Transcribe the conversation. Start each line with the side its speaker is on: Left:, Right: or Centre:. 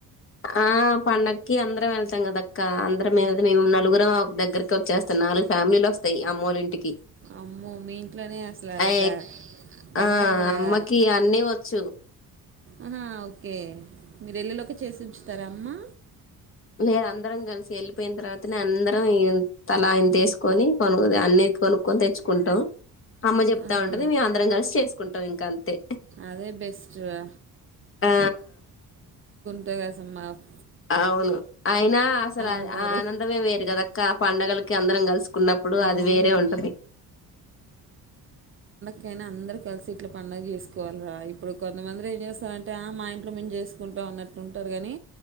Left: ఆ పండక్కి అందరం వెళ్తాం కదక్క అందరం వెళ్దు మేము నలుగురం దగ్గరకి వచ్చేస్తా నాలుగు ఫ్యామిలీలు వస్తాయి అమ్మ వాళ్ళ ఇంటికి
Right: అమ్మో మీ ఇంట్లోనే అసలు అదొక
Left: అ
Right: పండగగా
Left: ఆ అమ్మకి అన్న వచ్చు
Right: ఆహా ఓకే మీరెల్లులోకి చేసించుతారా అమ్మా
Left: లేద అందరం కలిసి వెళ్ళిపోయిన తర్వాత అందరం ఈ తలా ఆయన తీసుకొని కొను అన్ని కొనుక్కొని తెచ్చుకుంటాం అమ్మ చెప్తా
Right: ఆహా!
Left: ఉంటుంది మేము అందరం కలిసి చేసుకుంటాం ఇంకా అంతే
Right: అదే బెస్ట్ రా.
Left: ఆ
Right: టేగాస మాఫ్
Left: అవును అయినా అసలు
Right: ఉంటారు.
Left: ఆనందమే వేరు కదా అక్క పండగల అందరం కలిసు ఉన్నప్పుడు
Right: అవును.
Left: అది వేరే ఉంటుంది
Right: కైనా అందరూ కలిసి ఇట్లా పడుగ చేసుకోవాలిరా ఇప్పుడు కొంతమందిర ఏం చేస్తారంటే ఆ మా ఇంలో మేము చేసుకుంటాం అన్నట్టు ఉంటారు కానీ